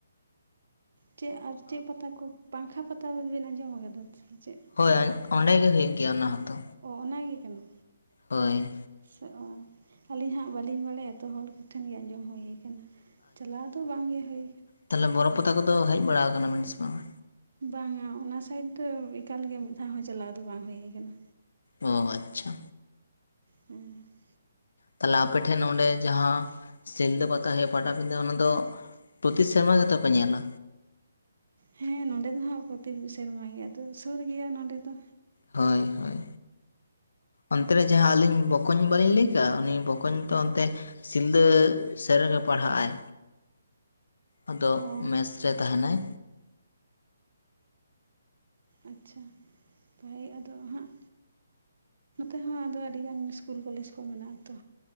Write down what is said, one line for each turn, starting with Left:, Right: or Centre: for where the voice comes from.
Right: ᱪᱮᱫ ᱟᱨ ᱪᱮᱫ ᱯᱟᱛᱟ ᱠᱚ ᱯᱟᱝᱠᱷᱟ ᱯᱟᱛᱟ ᱵᱮᱱ ᱟᱸᱡᱚᱢ ᱟᱠᱟᱫᱟ ᱥᱮ ᱪᱮᱫ
Left: ᱦᱳᱭ
Right: ᱦᱩᱭᱩᱜ?
Left: ᱚᱸᱰᱮ ᱜᱮ ᱦᱩᱭᱩᱜ ᱜᱮᱭᱟ ᱚᱱᱟ ᱦᱚᱸᱛᱚ
Right: ᱚ ᱚᱱᱟ ᱜᱮ ᱠᱟᱱᱟ
Left: ᱦᱳᱭ
Right: ᱥᱮ ᱚ ᱟᱹᱞᱤᱧ ᱦᱟᱸᱜ ᱵᱟᱹᱞᱤᱧ ᱵᱟᱲᱟᱭᱟ ᱛᱚ ᱦᱚᱲ ᱠᱚ ᱴᱷᱮᱱ ᱜᱮ ᱟᱸᱡᱚᱢ ᱦᱩᱭ ᱠᱟᱱᱟ ᱪᱟᱞᱟᱹᱣ ᱫᱚ ᱵᱟᱝᱜᱮ ᱦᱩᱭ ᱠᱟ
Left: ᱛᱟᱞᱦᱮ ᱵᱚᱨᱚ ᱯᱟᱛᱟ ᱠᱚᱫᱚ ᱦᱮᱡ ᱵᱟᱲᱟ ᱠᱟᱱᱟ ᱵᱮᱱ ᱥᱮ ᱵᱟᱝᱟ
Right: ᱵᱟᱝᱟ ᱚᱱᱟ ᱥᱟᱭᱤᱰ ᱫᱚ ᱮᱠᱟᱞᱜᱮ ᱢᱤᱫ ᱫᱷᱟᱣ ᱦᱚᱸ ᱪᱟᱞᱟᱣ ᱫᱚ ᱵᱟᱝ ᱦᱩᱭ ᱠᱟᱱᱟ
Left: ᱚ ᱟᱪᱪᱷᱟ
Right: ᱦᱮᱸ
Left: ᱛᱟᱦᱚᱞᱮ ᱟᱯᱮ ᱴᱷᱮᱱ ᱚᱸᱰᱮ ᱡᱟᱦᱟᱸ ᱥᱤᱞᱫᱟᱹ ᱯᱟᱛᱟ ᱦᱩᱭᱩᱜᱼᱟ ᱯᱟᱴᱟᱵᱤᱸᱫᱟᱹ ᱚᱱᱟ ᱫᱚ ᱯᱨᱚᱛᱤ ᱥᱮᱨᱢᱟ ᱜᱮᱛᱚ ᱠᱚ ᱧᱮᱞᱟ᱾
Right: ᱦᱮᱸ ᱱᱚᱰᱮ ᱫᱚ ᱦᱟᱸᱜ ᱯᱚᱛᱤ ᱥᱮᱨᱢᱟ ᱜᱮ ᱟᱫᱚ ᱥᱩᱨ ᱜᱮᱭᱟ ᱱᱚᱰᱮ ᱫᱚ᱾
Left: ᱦᱳᱭ ᱦᱳᱭ ᱚᱱᱛᱮ ᱨᱮ ᱡᱟᱦᱟᱸ ᱟᱹᱞᱤᱧ ᱵᱚᱠᱚᱧ ᱵᱟᱞᱤᱧ ᱞᱟᱹᱭ ᱠᱟᱜᱼᱟ ᱩᱱᱤ ᱵᱚᱠᱚᱧ ᱛᱚ ᱚᱱᱛᱮ ᱥᱤᱞᱫᱟᱹ ᱥᱮᱨᱮᱜᱮ ᱯᱟᱲᱦᱟᱜᱼᱟᱭ ᱟᱫᱚ
Right: ᱚ
Left: ᱢᱮᱥ ᱨᱮ ᱛᱟᱦᱮᱱᱟᱭ᱾
Right: ᱟᱪᱪᱷᱟ <unintelligible> ᱟᱫᱚ ᱦᱟᱸᱜ ᱱᱚᱛᱮ ᱦᱚᱸ ᱟᱫᱚ ᱟᱹᱰᱤ ᱜᱟᱱ ᱤᱥᱠᱩᱞ ᱠᱚᱞᱮᱡᱽ ᱠᱚ ᱢᱮᱱᱟᱜ ᱟᱛᱚ